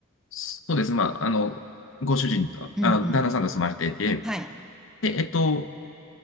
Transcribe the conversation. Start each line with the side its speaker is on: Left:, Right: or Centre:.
Left: そうです、まあ、あの、ご主人と、
Centre: うん、
Left: あの、
Centre: うん。
Left: 旦那さんと住まれていて、
Centre: はい。
Left: で、えっと、